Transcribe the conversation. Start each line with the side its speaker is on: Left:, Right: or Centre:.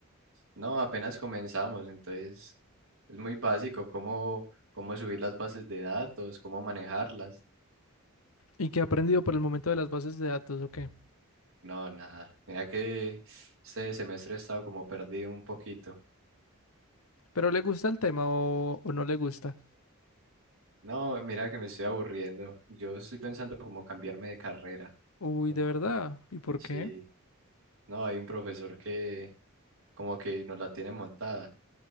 Right: No, apenas comenzamos, entonces es muy básico cómo, cómo subir las bases de datos, cómo manejarlas.
Left: Y qué ha aprendido por el momento de las bases de datos, ¿o qué?
Right: No, nada. Mira que este semestre he estado como perdido un poquito.
Left: ¿Pero le gusta el tema o, o no le gusta?
Right: No, mira que me estoy aburriendo. Yo estoy pensando como cambiarme de carrera.
Left: Uy,
Right: Como,
Left: de verdad. ¿Y por
Right: sí,
Left: qué?
Right: no, hay un profesor que como que nos la tiene montada.